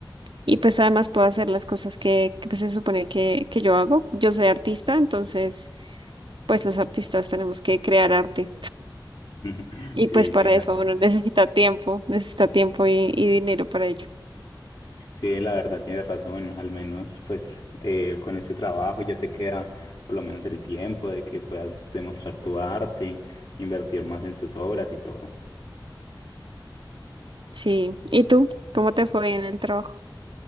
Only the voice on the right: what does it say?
Y pues además puedo hacer las cosas que, que, pues, se supone que, que yo hago. Yo soy artista, entonces pues los artistas tenemos que crear arte.
Y pues
para
eso uno necesita tiempo, necesita tiempo y, y dinero para ello.
Sí. ¿Y tú? ¿Cómo te fue en el trabajo?